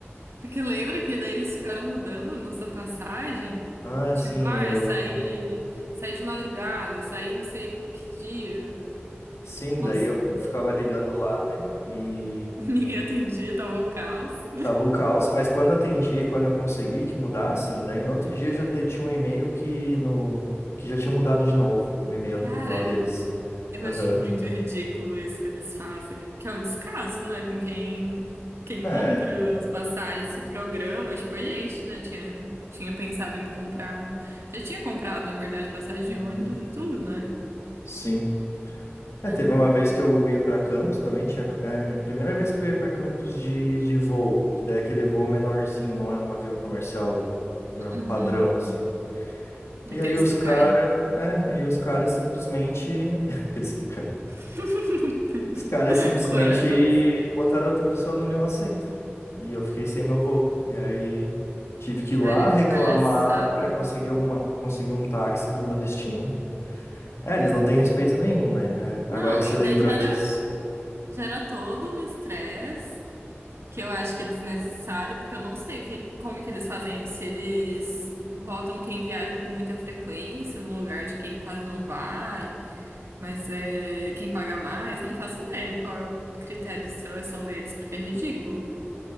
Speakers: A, on the right; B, on the left.
A: Porque lembra que daí eles ficaram mudando a nossa passagem?
B: Ah,
A: Tipo,
B: sim,
A: ai,
B: eu.
A: saí de, saí de madrugada, saí não sei que dia.
B: Sim,
A: Nossa,
B: daí eu eu ficava ligando lá, né? E
A: <laughs> ninguém atendia, tava o caos.
B: tava o caos, mas quando eu atendi, quando eu consegui que mudassem, daí no outro dia já te- tinha um e-mail que no que já tinha mudado de novo, o e-mail
A: Cara,
B: lá deles.
A: Eu
B: Aham.
A: acho muito ridículo isso que eles fazem, que é um descaso, não é com quem quem
B: É.
A: compra as passagens, esse programa, tipo a gente, né, tinha tinha pensado em comprar, já tinha comprado, na verdade, passagem de
B: uhum.
A: ônibus e tudo, né?
B: Sim. É,
A: É.
B: teve uma vez que eu ia para Campos também, tinha, é, primeira vez que eu ia para Campos de, de voo, que daí é aquele voo menorzinho, não é um avião comercial nor-
A: Uhum.
B: padrão, assim. E
A: Aqueles
B: aí os
A: que
B: cara,
A: caem.
B: é, aí os caras simplesmente, <laughs> aqueles que caem,
A: <laughs>
B: os caras simplesmente
A: Corajoso.
B: botaram outra pessoa no meu assento, e eu fiquei sem meu voo. E aí tive que ir
A: Cara,
B: lá reclamar
A: que palhaçada.
B: para conseguir alguma, conseguir um táxi para o meu destino. É, eles não têm respeito nenhum, né? É,
A: Não,
B: Agora que você
A: e
B: lembrou
A: daí já era
B: disso.
A: já era todo um estresse. Que eu acho que é desnecessário, porque eu não sei que, como que eles fazem isso. Se eles botam quem viaja com muita frequência no lugar de quem quase não vai, mas é quem paga mais, não faço ideia qual é o critério de seleção deles, porque é ridículo.